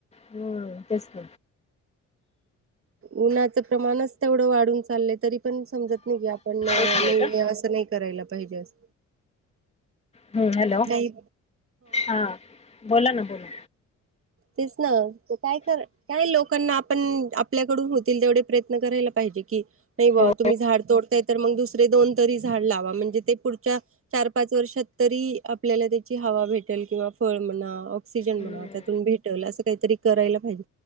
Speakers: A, on the left; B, on the right.
A: हम् बसत
B: उन्हाचं प्रमाणच तेवढं वाढून चाललं तरी पण समजत नाही घ आप पण नाही
A: एक मिनिट हं.
B: असं नाही करायला पाहिजे अस
A: हम्म हॅलो
B: नाही
A: हा बोला ना बोला
B: तेच ना काय कर काय लोकांना आपण आपल्याकडून होतील तेवढे प्रयत्न करायला पाहिजे कि नाही बुवा
A: हो,
B: तुम्ही झाड तोडताय तर मग दुसरे दोन तरी झाड लावा म्हणजे ते पुढच्या चार पाच वर्षात तरी आपल्याला त्याची हवा भेटेल किंवा फळ म्हणा ऑक्सिजन
A: हम्म.
B: म्हणा त्यातून भेट असं काहीतरी करायला पाहिजे